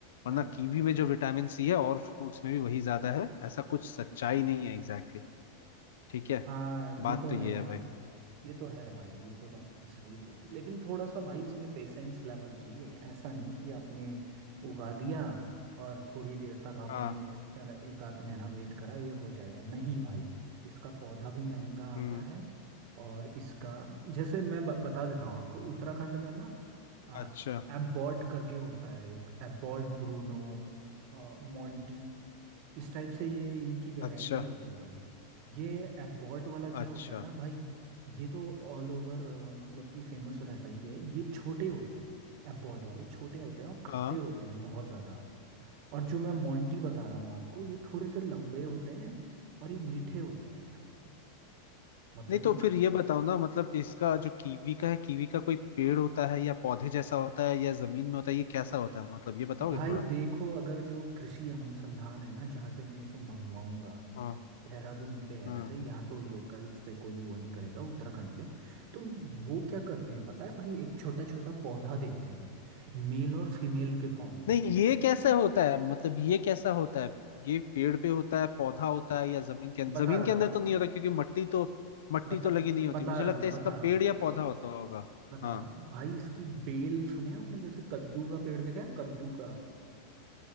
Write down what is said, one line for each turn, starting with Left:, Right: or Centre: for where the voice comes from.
Left: वरना
Right: हाँ
Left: कीवी में जो विटामिन सी है और फ्रूट्स में भी वही ज्यादा है ऐसा कुछ सच्चाई नहीं है Exactly exactly. ठीक है
Right: हाँ ये
Left: बात
Right: तो
Left: तो
Right: है
Left: ये
Right: यार
Left: है भाई
Right: ये तो है भाई ये तो आपने सही बोला लेकिन थोड़ा सा भाई इसमें पेशेंस लेवल चाहिए ऐसा नहीं कि आपने उगा दिया और थोड़ी देर तक आपने
Left: हाँ
Right: क्या एक आध महीना वेट करा ये हो जाएगा नहीं भाई इसका पौधा भी महंगा आता
Left: हम्म
Right: है और इसका जैसे मैं ब, बता देता हूँ आपको उत्तराखंड में ना आ,
Left: अच्छा
Right: एबॉट करके होता है एक एबॉट ब्रूनो अ, मोंटी इस टाइप से ये इनकी वैरायटी
Left: अच्छा
Right: होती है भाई ये एबॉट वाला क्या
Left: अच्छा
Right: होता है ना भाई ये तो ऑल ओवर मतलब कि फेमस रहता ही है ये छोटे होते हैं एबॉट वाले छोटे होते हैं और खट्टे
Left: हाँ
Right: होते हैं बहुत ज़्यादा और जो मैं मोंटी बता रहा हूँ आपको ये थोड़े से लंबे होते हैं और ये मीठे होते हैं भाई मतलब
Left: नहीं
Right: कि
Left: तो फिर ये बताओ ना मतलब इसका जो कीवी का है कीवी का कोई पेड़ होता है या पौधे जैसा होता है या जमीन में होता है ये कैसा होता है मतलब ये बताओगे
Right: भाई
Left: थोड़ा
Right: देखो अगर जो कृषि अनुसंधान है ना जहाँ से मैं इसे मंगवाऊंगा
Left: हाँ
Right: देहरादून पे है
Left: हाँ
Right: वैसे यहाँ तो लोकल्स पे कोई वो नहीं करेगा उत्तराखंड पे तो वो क्या करते हैं पता है भाई एक छोटा छोटा पौधा देते हैं मेल और फीमेल के फॉर्म में
Left: नहीं ये कैसे होता है मतलब ये कैसा होता है ये पेड़ पे होता है पौधा होता है या जमीन के अंदर
Right: बता
Left: जमीन
Right: रहा
Left: के अंदर
Right: हूँ
Left: तो नहीं होता क्योंकि मट्टी तो मट्टी
Right: बता
Left: तो लगी नहीं होती
Right: बता
Left: मुझे
Right: रहा
Left: लगता
Right: हूँ
Left: है इसका
Right: बता रहा
Left: पेड़
Right: हूँ
Left: या पौधा होता होगा
Right: बता
Left: हाँ
Right: रहा हूँ भाई इसकी बेल सुने आपने जैसे कद्दू का पेड़ देखा है कद्दू का